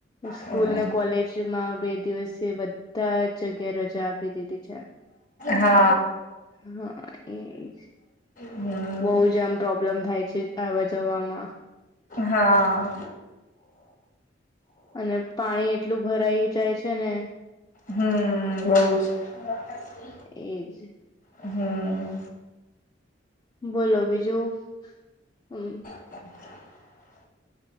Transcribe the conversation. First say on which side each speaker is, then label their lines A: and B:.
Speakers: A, on the left; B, on the left.
A: સ્કૂલ
B: હમ
A: ને કોલેજમાં બે દિવસથી <unintelligible> ધા જગ્યાએ રજા આપી દીધી છે.
B: હા.
A: હા એજ.
B: હમ
A: બઉ જ આમ પ્રોબ્લેમ થાય છે આવા જવામાં.
B: હા.
A: અન પાણી એટલું ભરાઈ જાય છે ને.
B: હમ્મ બઉ જ. <inaudible>
A: એ જ.
B: હમ્મ.
A: બોલો બીજું અમ
B: <inaudible>